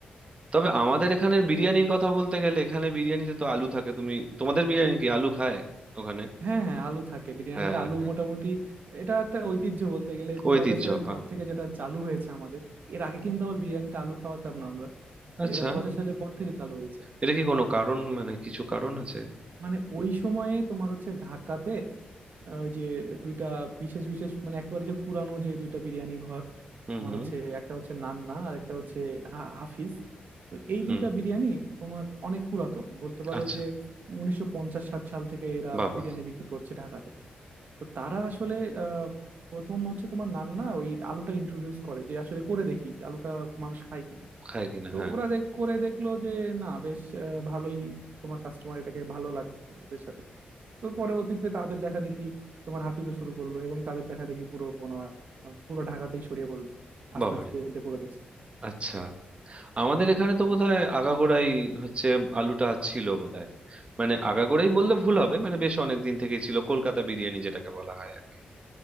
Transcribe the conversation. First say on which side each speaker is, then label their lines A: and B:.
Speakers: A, on the right; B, on the right.
A: তবে আমাদের এখানের বিরিয়ানির কথা বলতে গেলে এখানে বিরিয়ানিতে তো আলু থাকে তুমি তোমাদের বিরিয়ানি কি আলু খায় ওখানে
B: হ্যাঁ হ্যাঁ আলু থাকে বিরিয়ানিতে
A: হ্যাঁ হ্যাঁ,
B: আলু মোটামুটি এটা একটা ঐতিহ্য বলতে গেলে দু
A: ঐতিহ্য
B: হাজার সালের
A: ভাঙ
B: পর থেকে যেটা চালু হয়েছে আমাদের এর আগে কিন্তু আবার বিরিয়ানিতে আলু খাওয়াতাম না আমরা
A: আচ্ছা
B: এটা দু হাজার সালের পর থেকে চালু হয়েছে
A: এটা কি কোনো কারণ মানে কিছু কারণ আছে
B: মানে ওই সময়ে তোমার হচ্ছে ঢাকাতে আহ, ওই যে দুইটা বিশেষ বিশেষ মানে একেবারে যে পুরানো যে দুইটা বিরিয়ানি ঘর
A: হুম
B: তোমার
A: হুম
B: হচ্ছে একটা হচ্ছে নান্না আর একটা হচ্ছে হা- হাফিজ তো এই
A: হুম
B: দুইটা বিরিয়ানি তোমার অনেক পুরাতন বলতে পারো
A: আচ্ছা
B: যে উনিশশো পঞ্চাশ ষাট সাল থেকে এরা
A: বাবা
B: বিরিয়ানি বিক্রি করছে ঢাকাতে তো তারা আসলে আহ, প্রথম হচ্ছে তোমার নান্না ওই আলুটা ইন্ট্রোডিউস করে যে আসলে করে দেখি আলুটা মানুষ খায় কিনা
A: খায় কিনা
B: তো
A: হ্যাঁ
B: ওরা দেখ- করে দেখলো যে না বেশ আহ, ভালোই তোমার কাস্টমার এটাকে ভালো লাগছে এদের সাথে তো পরবর্তীতে তাদের দেখা দেখি তোমার হাফিজও শুরু করলো এবং তাদের দেখা দেখি পুরো তোমার আহ, পুরো ঢাকাতেই ছড়িয়ে পড়লো আস্তে
A: বাবারে
B: আস্তে যে পুরো দেশে
A: আচ্ছা আমাদের এখানে তো বোধহয় আগাগোড়াই হচ্ছে আলুটা ছিল বোধহয় মানে আগাগোড়াই বললে ভুল হবে মানে বেশ অনেক দিন থেকেই ছিল কলকাতা বিরিয়ানি যেটাকে বলা হয় আর কি